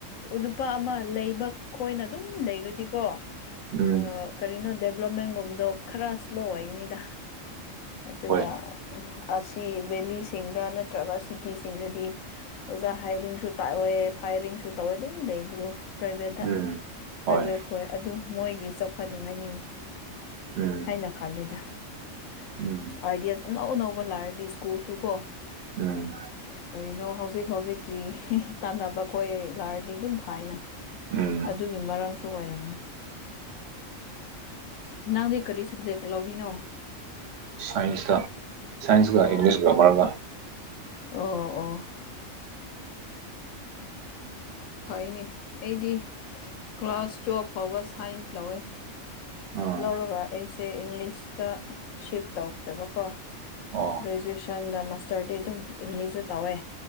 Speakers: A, on the left; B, on the right.
A: ꯅꯨꯄꯥ ꯑꯃ ꯂꯩꯕ ꯈꯣꯏꯅ ꯑꯗꯨꯝ ꯂꯩꯔꯗꯤꯀꯣ
B: ꯎꯝ
A: ꯑꯥ ꯀꯔꯤꯅꯣ ꯗꯦꯕꯂꯞꯃꯦꯟꯒꯨꯝꯕꯗꯣ ꯈꯔ ꯏꯁ꯭ꯂꯣ ꯑꯣꯏꯒꯅꯤꯗ ꯑꯗꯨꯒ
B: ꯍꯣꯏ
A: ꯑꯁꯤ ꯚꯦꯂꯤꯁꯤꯡꯗ ꯅꯠꯇ꯭ꯔꯒ ꯁꯤꯇꯤꯁꯤꯡꯗꯗꯤ ꯑꯣꯖꯥ ꯍꯥꯏꯔꯤꯡꯁꯨ ꯇꯥꯛꯑꯦ ꯐꯥꯏꯔꯤꯡꯁꯨ ꯇꯧꯋꯦ ꯑꯗꯨꯝ ꯂꯩꯕ꯭ꯔꫭ ꯄ꯭ꯔꯥꯏꯚꯦꯠꯇ
B: ꯎꯝ
A: ꯄ꯭ꯔꯥꯏꯚꯦꯠ
B: ꯍꯣꯏ
A: ꯈꯣꯏ ꯑꯗꯨ ꯃꯣꯏꯒꯤ ꯆꯥꯎꯈꯠꯅꯤꯡꯉꯥꯏꯅꯤꯅ‌ꯦ
B: ꯎꯝ
A: ꯑꯩꯅ ꯈꯜꯂꯦꯗ
B: ꯎꯝ
A: ꯑꯥꯏꯗꯤꯌꯥꯍꯁ ꯑꯅꯧ ꯑꯅꯧꯕ ꯂꯥꯛꯔꯗꯤ ꯏꯁ꯭ꯀꯨꯜꯁꯨꯀꯣ
B: ꯎꯝ
A: ꯀꯔꯤꯅꯣ ꯍꯧꯖꯤꯛ ꯍꯧꯖꯤꯛꯀꯤ ꯇꯥꯟꯅꯕ ꯈꯣꯏ ꯂꯥꯔꯗꯤ ꯑꯗꯨꯝ ꯐꯅ
B: ꯎꯝ
A: ꯑꯗꯨꯒꯤ ꯃꯔꯝꯁꯨ ꯑꯣꯏꯔꯝꯅꯤ ꯅꯪꯗꯤ ꯀꯔꯤ ꯁꯕꯖꯦꯛ ꯂꯧꯔꯤꯅꯣ
B: ꯁꯥꯏꯟꯁꯇ ꯁꯥꯏꯟꯁꯒ
A: ꯑꯣ
B: ꯏꯪꯂꯤꯁ ꯕ꯭ꯔꯦꯃꯔꯒ
A: ꯑꯣ ꯑꯣ ꯐꯩꯅꯤ ꯑꯩꯗꯤ ꯀ꯭ꯂꯥꯁ ꯇꯨꯌꯦꯦꯜꯐ ꯐꯥꯎꯕ ꯁꯥꯏꯟꯁ ꯂꯧꯋꯦ
B: ꯎꯝ
A: ꯂꯧꯔꯒ ꯑꯩꯁꯦ ꯏꯪꯂꯤꯁꯇ ꯁꯤꯞ ꯇꯧꯈ꯭ꯔꯦꯕꯀꯣ
B: ꯑꯣ
A: ꯒ꯭ꯔꯦꯖꯨꯑꯦꯁꯟꯒ ꯃꯥꯁꯇꯔꯗꯤ ꯑꯗꯨꯝ ꯏꯪꯂꯤꯁꯇ ꯇꯧꯋꯦ